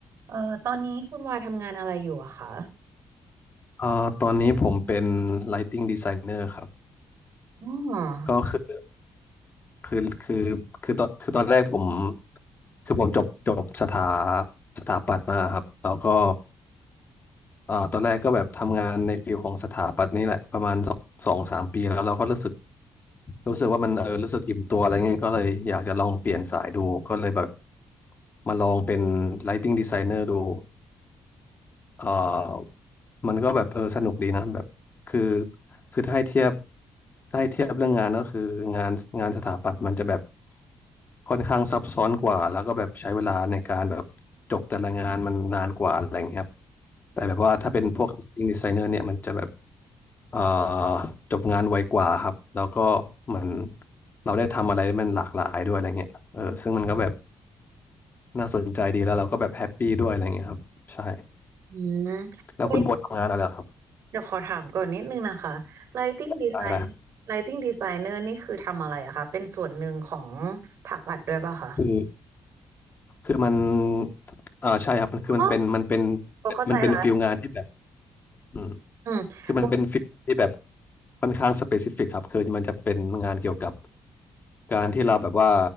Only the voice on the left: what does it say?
เอ่อตอนนี้ผมเป็น Lighting Designer ครับ
ก็คือคือคือคือตอนคือตอนแรกผมคือผมจบจบสถาสถาปัตย์มาครับแล้วก็เอ่อตอนแรกก็แบบทำงานในฟิลของสถาปัตย์นี่แหละประมาณสองสองสามปีแล้วเราก็รู้สึกรู้สึกว่ามันเออรู้สึกอิ่มตัวอะไรเงี้ยก็เลยอยากจะลองเปลี่ยนสายดูก็เลยแบบมาลองเป็น Lighting Designer ดู เอ่อมันก็แบบเออสนุกดีนะแบบคือคือถ้าให้เทียบถ้าให้เทียบเรื่องงานก็คืองานงานสถาปัตย์มันจะแบบค่อนข้างซับซ้อนกว่าแล้วก็แบบใช้เวลาในการแบบจบแต่ละงานมันนานกว่าอะไรอย่างเงี้ยครับแต่แบบว่าถ้าเป็นพวกอิงดีไซเนอร์เนี่ยมันจะแบบเอ่อจบงานไวกว่าครับแล้วก็เหมือนเราได้ทำอะไรมันหลากหลายด้วยอะไรเงี้ยเออซึ่งมันก็แบบน่าสนใจดีแล้วเราก็แบบแฮปปี้ด้วยอะไรเงี้ยครับใช่
แล้วคุณโบทำงานอะไรเหรอครับ
ได้ได้
คือคือมันอ่าใช่ครับมันคือมันเป็น
มันเป็น
มันเป็นฟิลงานที่แบบ อืม
คือมันเป็นฟิลที่แบบค่อนข้างสเปซิฟิกครับคือมันจะเป็นงานเกี่ยวกับการที่เราแบบว่า